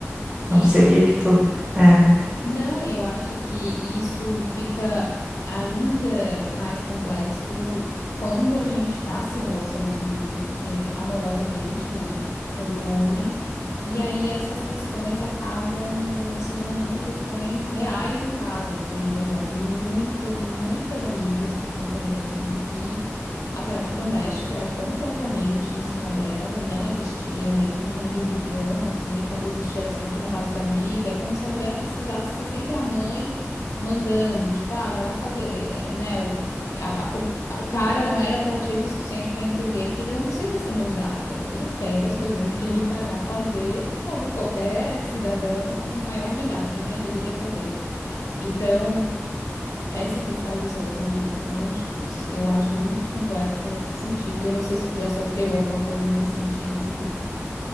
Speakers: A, on the left; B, on the right.
A: Se
B: Não sei o que que tu é.
A: Não, e eu acho que isso fica ainda mais complexo quando a gente está se relacionando é, amorosamente, né, com um homem. E aí essas questões acabam se tornando questões reais em casa, assim. Eu já vi muitas, muitas amigas com companheiros em que a tarefa doméstica era completamente em cima dela, não existia nenhuma divisão, assim, e quando existia era sempre na base da briga, é como se a mulher precisasse ser sempre a mãe mandando, tipo, ah, vai lá fazer, eh, né? O, a- a- o, a- o cara não era proativo o suficiente para entender que ele não precisa ser mandado, eh, ele pega as coisinhas <laughs> dele e vai lá fazer como qualquer cidadão maior de idade, né? Deveria fazer. Então. Essa questão dos relacionamentos românticos, eu acho muito complexa nesse sentido. Eu não sei se tu já sofreu alguma coisa nesse sentido, assim.